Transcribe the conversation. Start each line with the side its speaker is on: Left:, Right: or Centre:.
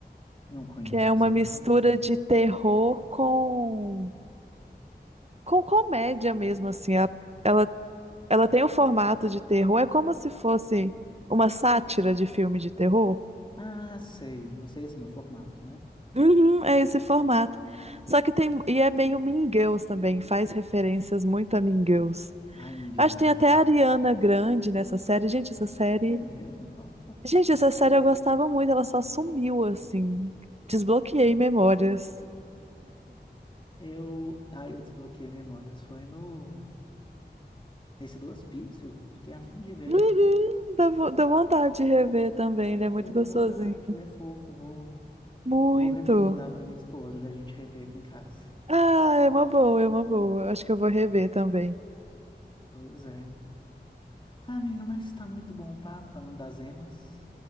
Left: Não conheço,
Right: que é
Left: essa
Right: uma
Left: eu
Right: mistura
Left: não conheço.
Right: de terror com, com comédia mesmo, assim. A- Ela, ela tem o formato de terror, é como se fosse uma sátira de filme de terror.
Left: Ah, sei, eu sei assim, o formato, né?
Right: Uhum, é esse formato. Só que tem. E é meio Mean Girls também, faz referências muito a Mean Girls.
Left: Ai, meu Deus,
Right: Acho
Left: é
Right: que
Left: bom.
Right: tem até a Ariana Grande nessa série. Gente, essa série.
Left: É mesmo? Nossa.
Right: Gente, essa série eu gostava muito, ela só sumiu, assim. Desbloqueei memórias.
Left: Eu, aí eu desbloqueei memórias, foi no nesse do hospício, fiquei a fim de ver.
Right: Uhum, dá, vo- dá vontade de rever também,
Left: Deu,
Right: ele é muito
Left: deu
Right: gostosinho.
Left: vontade, ele é fofo, vou,
Right: Muito.
Left: vou recomendar para minha esposa da gente rever aqui em casa.
Right: Ah, é uma boa, é uma boa. Acho que eu vou rever também.
Left: Pois é. Ah, amiga, mas tá muito bom o papo falando das emas.